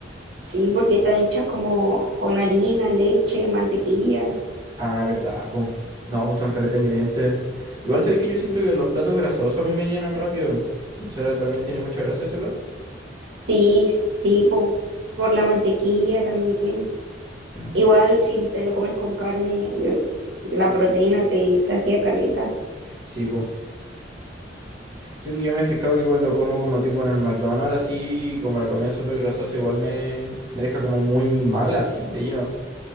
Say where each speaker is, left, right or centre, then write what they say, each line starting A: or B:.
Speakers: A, on the right (about 70°); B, on the right (about 25°).
A: Sí, porque están hechas como con harina, leche, mantequilla.
B: Ah, verdad, pues. No, pues son caleta de ingredientes. Igual sabéis que yo siento que los platos grasosos a mí me llenan rápido. weón. ¿Será también tiene mucha grasa ese plato?
A: Sí, s- tipo, por la mantequilla también.
B: Ah.
A: Igual si te lo comes con carne, yo- la proteína te sacia caleta.
B: Sí, pues. Sí, porque yo me he fijado que cuando como como tipo en el McDonald's así, como la comida es súper grasosa, igual me, me deja como muy mal así, de lleno.